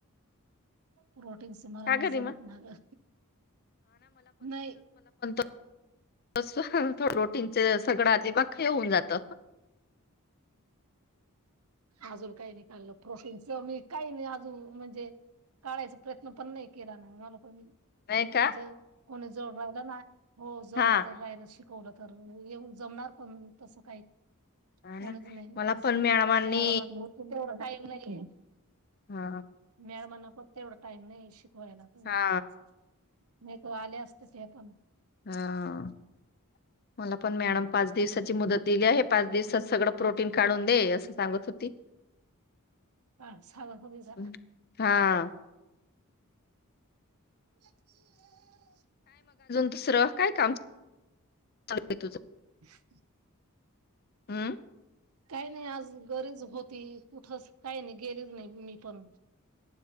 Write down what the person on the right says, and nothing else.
प्रोटीन स मला
नाही
जमत
ना ग नाही.
अजून काही नाही काललं प्रोफिनच मी काही नाही अजून म्हणजे काढायचा प्रयत्न पण नाही केला ना मला पण --
म्हणजे कोणच -- <unintelligible> हो जोड
<unintelligible> ना शिक वलं तर येऊ जमणार पण तसं काय --
कोणीच
नाही नाग
अजु
--
मॅडम <unintelligible> नाही.
मॅळ मना पण -- तेवढ टाईम नाही शि -- कवायला <unintelligible>
नाही तो आले असततेस <unintelligible>
आ साधा कपी <unintelligible> जा
<unintelligible>
<unintelligible>
काही नाही आज घरीच होती कुठच काही नाही गेलीच नाही मी पण